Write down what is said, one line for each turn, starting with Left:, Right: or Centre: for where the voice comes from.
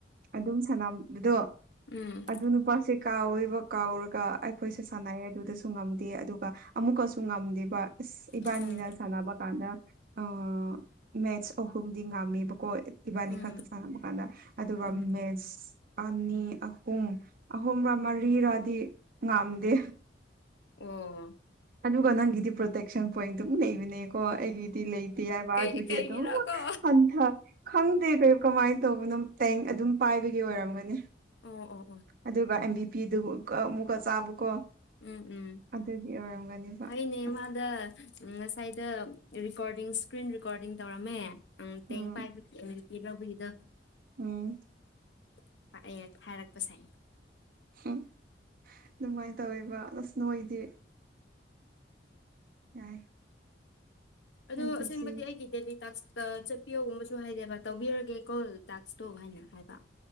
Right: ꯑꯗꯨꯝ ꯁꯥꯟꯅꯕꯗꯣ
Left: ꯎꯝ
Right: ꯑꯗꯨ ꯅꯨꯞ__ ꯄꯥꯁꯤ ꯀꯥꯎꯋꯦꯕ ꯀꯥꯎꯔꯒ ꯑꯩꯈꯣꯏꯁꯦ ꯁꯥꯟꯅꯩꯌꯦ ꯑꯗꯨꯗꯁꯨ ꯉꯝꯗꯦ ꯑꯗꯨꯒ ꯑꯃꯨꯛꯀꯁꯨ ꯉꯝꯗꯦꯕ ꯏꯁ ꯏꯕꯥꯅꯤꯅ
Left: ꯎꯝ
Right: ꯁꯥꯟꯅꯕ ꯀꯥꯟꯗ ꯑꯥ ꯃꯦꯠꯁ ꯑꯍꯨꯝꯗꯤ ꯉꯥꯝꯃꯦꯕꯀꯣ ꯏ ꯏꯕꯥꯅꯤ
Left: ꯎꯝ
Right: ꯈꯛꯇ ꯁꯥꯟꯅꯕ ꯀꯥꯟꯗ ꯑꯗꯨꯒ
Left: ꯎꯝ
Right: ꯃꯦꯠꯁ ꯑꯅꯤ ꯑꯍꯨꯝ ꯑꯍꯨꯝꯔꯥ ꯃꯔꯤꯔꯥꯗꯤ ꯉꯝꯗꯦ
Left: ꯑꯣ
Right: ꯑꯗꯨꯒ ꯅꯪꯒꯤꯗꯤ ꯄ꯭ꯔꯣꯇꯦꯛꯁꯟ ꯄꯣꯏꯟ ꯑꯗꯨꯝ ꯂꯩꯕꯅꯦꯀꯣ ꯑꯩꯒꯤ ꯇꯤ ꯂꯩꯇꯦ ꯍꯥꯢꯕ
Left: ꯀꯩ
Right: ꯑꯗꯨꯒꯤ
Left: ꯀꯩꯒꯤꯔꯀꯣ
Right: ꯑꯗꯨꯝ ꯍꯟꯊꯥ ꯈꯪꯗꯦ ꯀꯔꯤ ꯀꯃꯥꯏꯟ ꯇꯧꯕꯅꯣ ꯇꯦꯡ ꯑꯗꯨꯝ ꯄꯥꯏꯕꯒꯤ ꯑꯣꯏꯔꯝꯒꯅꯤ
Left: ꯑꯣ ꯑꯣ ꯑꯣ
Right: ꯑꯗꯨꯒ ꯑꯦꯝꯕꯤ ꯄꯤꯗꯨꯒ ꯑꯃꯨꯛꯀ ꯆꯥꯕꯀꯣ
Left: ꯎꯝ ꯎꯝ
Right: ꯑꯗꯨꯒꯤ ꯑꯣꯏꯔꯝꯒꯅꯦꯕ
Left: ꯍꯩꯅꯦ
Right: ꯑꯁ
Left: ꯃꯥꯟ ꯗꯥ ꯉꯁꯥꯏꯗ ꯔꯦꯀꯣꯔꯗꯤꯡ ꯏꯁꯀ꯭ꯔꯤꯟ ꯔꯦꯀꯣꯔꯗꯤꯡ ꯇꯧꯔꯝꯃꯦ ꯇꯦꯡ
Right: ꯎꯝ
Left: ꯄꯥꯏ <unintelligible> ꯂꯧꯕꯒꯤꯗꯣ
Right: ꯎꯝ
Left: <unintelligible> ꯐꯥꯏꯔꯛꯄꯁꯦ
Right: ꯍꯝ ꯑꯗꯨꯃꯥꯏꯟ ꯇꯧꯋꯦꯕ ꯑꯁ ꯅꯣꯏꯗꯤ ꯌꯥꯏ
Left: ꯑꯗꯨ
Right: ꯑꯩꯒꯤꯁꯤ
Left: ꯑꯁꯦꯡꯕꯗꯤ ꯑꯩꯒꯤ ꯗꯦꯜꯂꯤ ꯇꯥꯛꯁ ꯗꯥ ꯆꯠꯄꯤꯌꯣꯒꯨꯝꯕꯁꯨ ꯍꯥꯏꯗꯦꯕ ꯇꯧꯕꯤꯔꯒꯦ ꯀꯣꯜ ꯇꯥꯛꯁꯇꯨ ꯍꯥꯏꯅ ꯍꯥꯏꯕ